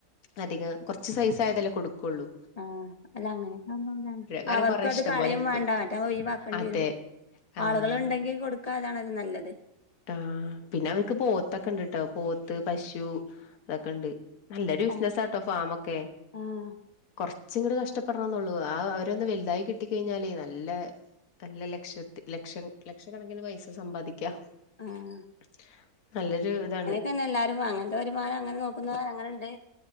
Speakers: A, on the left; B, on the left.
A: അധികം കൊറച്ച് സൈസായതല്ലേ കൊടുക്കൊള്ളൂ
B: ആഹ് അല്ല അങ്ങനെയൊക്കെയാവുമ്പോ
A: കാരണം
B: അവർക്കത്
A: കൊറെ ഇഷ്ടം
B: കളയും
A: പോലെ കിട്ടും
B: വാണ്ടാ മറ്റേ നമ്മൾ ഒഴിവാക്കേണ്ടിയരും
A: അതെ ആഹ്
B: ആളുകള്ണ്ടെങ്കി കൊടുക്കാ അതാണല്ലോ നല്ലത്
A: ആഹ് പിന്നെ അവർക്ക് പോത്തൊക്കെ ഇണ്ട്ട്ടോ പോത്ത്, പശു അതൊക്കെണ്ട്. നല്ലൊരു ബിസിനസ്സാട്ടോ
B: ആഹ്
A: ഫാമൊക്കെ
B: ആഹ്
A: കൊറച്ച്ങ്ങട്ട് കഷ്ട പ്പെടണന്നൊള്ളൂ, ആഹ് അവരൊന്ന് വലുതായി കിട്ടി കഴിഞ്ഞാല് നല്ല നല്ല ലക്ഷത്തി ലക്ഷം ലക്ഷക്കണക്കിന് പൈസ സമ്പാദിക്കാം.
B: ആഹ്
A: <inaudible> നല്ലൊരു ഇതാണ്.
B: അങ്ങനന്നെ എല്ലാരും അങ്ങൻത്തെ വരുമാനം അങ്ങനെ നോക്കുന്നോർ അങ്ങനെ ഇണ്ട്